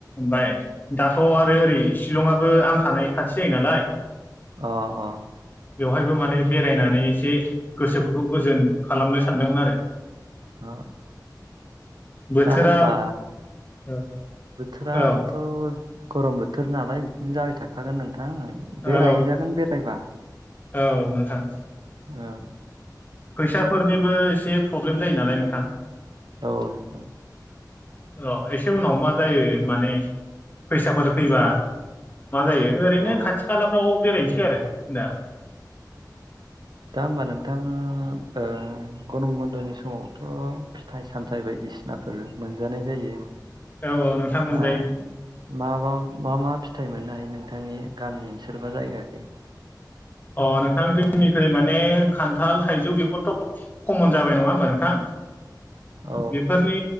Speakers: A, on the left; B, on the right.
A: बाय‌ दाथ' आरो ओरै शिलंआबो आं थानाय खाथि जायो नालाय
B: अ - अ
A: बेवहायबो माने बेरायनानै एसे गोसोफोरखौ गोजोन खालामनो सानदोंमोन आरो
B: <inaudible>
A: बोथोरा
B: दा होनबा
A: औ
B: बोथोराथ'
A: औ
B: गरम बोथोर नालाय‌ बिदिनो जाबाय थाखागोन नोंथां बेरायहैजागोन
A: औ
B: बेरायबा‌
A: औ नोंथां
B: औ
A: फैसाफोरनिबो एसे प्रब्लेम जायो नालाय नोंथां‌
B: औ नो‌
A: र' एसे उनाव मा जायो माने फैसाफोर फैबा मा जायो ओरैनो
B: औ
A: खाथि खालाफ्राव बेरायनोसै आरो ना
B: दा होमबा नोंथां ओ गरम बन्द'नि समावथ' फिथाइ-सामथायाइ बायदिसिनाफोर मोनजानाय जायो
A: औ - औ नोंथां
B: दा
A: मोनजायो
B: मा - मा - मा फिथाइ मोननो हायो नोंथांनि गामि ओनसोल बा जायगाखै
A: अ नोंथां जोंनिखै माने खान्थाल थाइजौ बेफोरथ' खमन जाबाय नङा होमबा नोंथां
B: औ
A: बेफोरनि